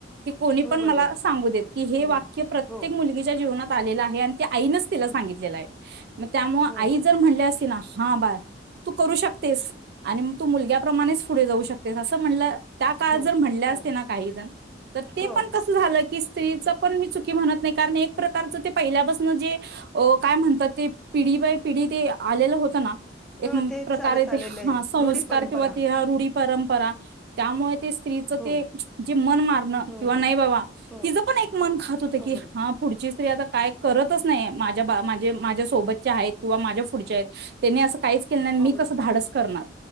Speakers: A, on the right (about 55°); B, in the centre.
A: की कोणी
B: हो
A: पण
B: बरोबर
A: मला सांगू देत, की हे
B: हम्म
A: वाक्य प्रत्येक
B: हो
A: मुलगीच्या जीवनात आलेला आहे आणि त्या आईनच तिला
B: हो
A: सांगितलेलं आहे. मग त्यामुळ
B: हो
A: आई
B: हो
A: जर म्हणली असती ना हा बाळ तू करू शकतेस, आणि मग तू मुलग्याप्रमाणेच पुढे जाऊ शकतेस असं म्हणलं त्या काळात
B: हो
A: जर म्हणल्या
B: हो
A: असते ना काही जण, तर ते
B: हो
A: पण कस झालं की स्त्रीचा पण मी चुकी म्हणत नाही कारण, एक प्रकारच ते पहिल्यापासन जे काय म्हणतात ते पिढी बाय पिढी ते आलेलं होत ना. एक
B: ह तेच
A: प्रकारे
B: चालत
A: ते
B: आलेलं
A: हा
B: आहे
A: संस्कार
B: रूढी परंपरा
A: किंवा ते ह रूढी परंपरा. त्यामुळे ते स्त्रीच
B: हो
A: ते जे मन मारण
B: हो
A: किंवा
B: हो
A: नाही बाबा
B: हो
A: तिचं पण एक मन खात होत
B: हो
A: की,
B: बरोबर
A: हा पुढची स्त्री आता काय करतच नाही माझ्या बा माझे माझ्या सोबतच्या आहेत किंवा माझ्या पुढच्या आहेत. त्यांनी असं काहीच केलं नाही आणि
B: हो
A: मी
B: बरोबर
A: कसं धाडस करणार.